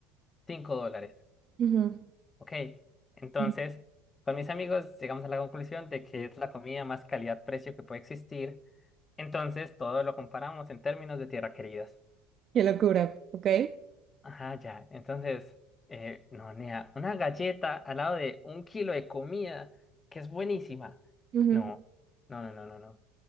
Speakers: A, on the left; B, on the right.
A: 5 dólares,
B: ujú,
A: ¿ok? Entonces,
B: ujú.
A: con mis amigos llegamos a la conclusión de que es la comida más calidad-precio que puede existir, entonces todo lo comparamos en términos de tierra queridas.
B: Qué locura, ok.
A: Ajá, ya, entonces, eh, no, nea, una galleta al lado de un kilo de comida que es buenísima.
B: Ujú.
A: No, no, no, no, no, no,